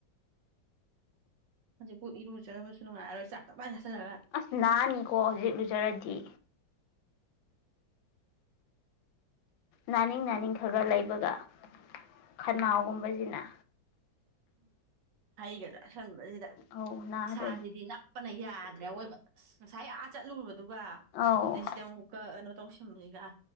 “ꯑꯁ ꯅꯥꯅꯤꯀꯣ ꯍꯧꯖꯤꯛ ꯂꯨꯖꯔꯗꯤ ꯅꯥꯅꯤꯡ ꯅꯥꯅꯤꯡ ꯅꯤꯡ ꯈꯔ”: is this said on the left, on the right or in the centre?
Left